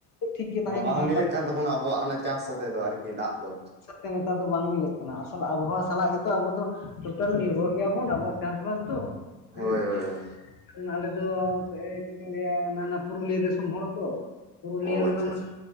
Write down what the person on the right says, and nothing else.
ᱢᱟᱱᱮ
ᱵᱟᱝ
ᱢᱤᱞᱟᱹᱜ
ᱠᱟᱱ ᱛᱟᱵᱚᱱᱟ ᱟᱵᱚᱣᱟᱜ ᱚᱱᱟ ᱪᱟᱥ ᱥᱟᱛᱮᱜ ᱫᱚ ᱟᱨ ᱠᱤ ᱫᱟᱜ ᱫᱚ᱾
ᱦᱳᱭ ᱦᱳᱭ ᱦᱳᱭ
ᱚ
ᱟᱪᱪᱷᱟ ᱟᱪᱪᱷᱟ